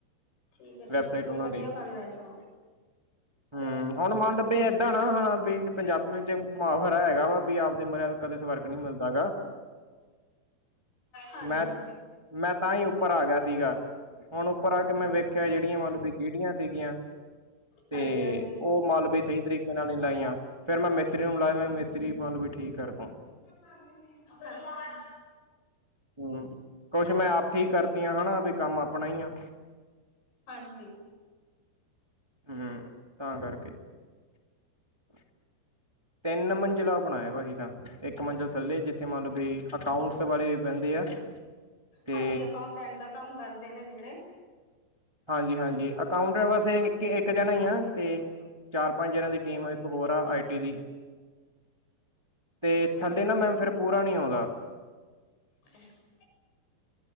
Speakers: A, on the left; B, on the right.
A: ਠੀਕ ਹੈ ਠੀਕ
B: ਵੈਬਸਾਈਟ
A: ਹੈ ਚ
B: ਉਹ
A: ਵਧੀਆ
B: ਦੀ
A: ਗੱਲ ਹੈ ਇਹ ਤਾਂ
B: ਹੂ, ਹੁਣ ਮੰਨ ਲ ਵੀ ਏਦਾਂ ਨਾ ਹੁਣਾ ਵੀ ਪੰਜਾਬੀ ਵਿੱਚ ਮੁਆਫ਼ਰਾ ਹੈਗਾ ਵਾ ਵੀ ਆਪ ਮਰਿਆ ਕਦੇ ਸਵਰਕ ਨਹੀਂ ਮਿਲਦਾ ਹੈ ਗਾ।
A: ਹਾਂਜੀ
B: ਮੈਂ- ਮੈਂ ਤਾਂ ਹੀ ਉੱਪਰ ਆ ਗਿਆ ਸੀਗਾ। ਹੁਣ ਉੱਪਰ ਆ ਕੇ ਮੈਂ ਵੇਖਿਆ ਜਿਹੜੀਆਂ ਮਤਲਬ ਕਿ ਗੀਟੀਆਂ ਸੀਗੀਆਂ। ਤੇ
A: ਹਾਂਜੀ-ਹਾਂਜੀ
B: ਉਹ ਮੱਲ ਵੀ ਸਹੀ ਤਰੀਕੇ ਨਾਲ ਨਹੀਂ ਲਾਈਆਂ। ਫੇਰ ਮੈਂ ਮਿਸਤਰੀ ਨੂੰ ਬੁਲਾਾਇਆ ਮੈਂ ਮਿਸਤਰੀ ਮੱਲ ਵੀ ਠੀਕ ਕਰਦਾ।
A: <unintelligible>
B: ਹੂ, ਕੁਛ ਮੈਂ ਆਪ ਠੀਕ ਕਰ ਪਿਆ ਹੈਣਾ ਵੀ ਕੰਮ ਆਪਣਾ ਹੀ ਈ ਆ।
A: ਹਾਂਜੀ-ਹਾਂਜੀ
B: ਹੂ, ਤਾਂ ਕਰਕੇ। <inaudible> ਤਿੰਨ ਮੰਜਲਾ ਬਣਾਇਆ ਭਾਜੀ ਤਾਂ। ਇੱਕ ਮੰਜ਼ਿਲ ਥੱਲੇ ਜਿੱਥੇ ਮਤਲਬ ਵੀ ਅਕਾਊਟਸ ਵਾਲੇ ਬਹਿੰਦੇ ਆ। ਤੇ
A: ਹਾਂਜੀ। ਅਕਾਊਂਟੈਂਟ ਦਾ ਕੰਮ ਕਰਦੇ ਨੇ ਜਿਹੜੇ।
B: ਹਾਂਜੀ- ਹਾਂਜੀ। ਅਕਾਊਂਟ ਵਸੇ ਇੱਕ ਇੱਕ ਜਾਣਾ ਹੀ ਆ। ਤੇ ਚਾਰ-ਪੰਜ ਜਾਣਿਆ ਦੀ ਟੀਮ ਇੱਕ ਹੋਰ ਆ ਆਈ ਟੀ ਦੀ ਤੇ ਥੱਲੇ ਨਾ ਮੈਮ ਫਿਰ ਪੂਰਾ ਨੀ ਆਉਂਦਾ।
A: <unintelligible>